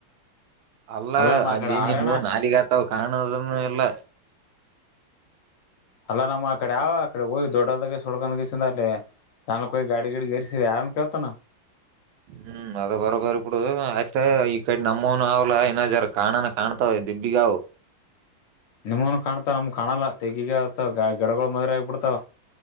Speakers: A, on the right (about 80°); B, on the left (about 70°).
A: ಅಲ್ಲ
B: ಅಲ್ಲಮ್ಮ ಆ
A: ಅಲ್ಲಿ
B: ಕಡೆ ಆರಣ
A: ನೀನು ನಾಲಿಗೆ ಆತಾವ ಕಾಣದಿನು ಇಲ್ಲ
B: ಅಲ್ಲ ನಮ್ಮ ಅ ಕಡೆ ಯ ಆಕಡೆ ಹೋಗಿ ದೊಡ್ಡಲ್ದಾಗೆ ಸುಡ್ಕೊಂಡ ಗಸಿಂದ ಅಲ್ಲಿ ತಾನ ಗಾಡಿ ಗಡಿ ಗರಿಸಿ ಆರಾಮ ಕತೋ
A: ಹಾ ಹ್ಮ ಅದ ಬರೋಬರ್ ಇು ಆಯ್ತ ಈ ಕಡೆ ನಮ್ಮೋನು ಅವ್ಲ ಇನ ಜರ ಕಾಣ ಕಾಣ್ತಾವ ದಿಬ್ಬಿಗಾವು.
B: ನಿಮ್ಮನು ಕಾಣ್ತಾವ ನಮ್ ಕಾಣಲ್ಲ ತೆಗಿಗ ಅ ಗಡಗಳು ಮದುವೆ ಆಗಿ ಬಿಡ್ತಾವ.